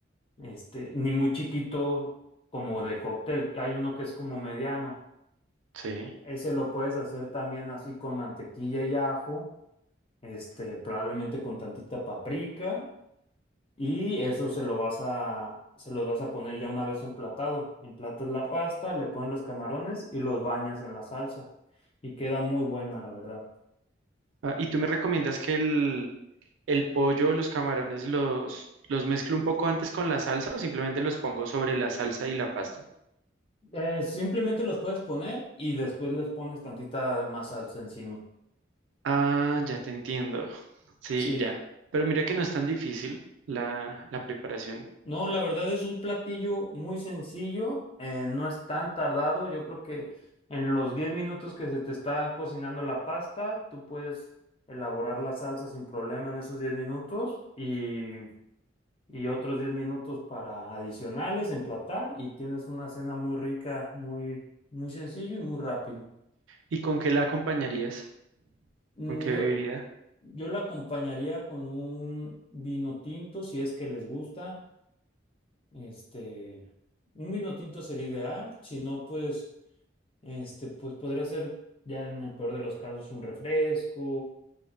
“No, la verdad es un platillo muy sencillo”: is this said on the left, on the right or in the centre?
Left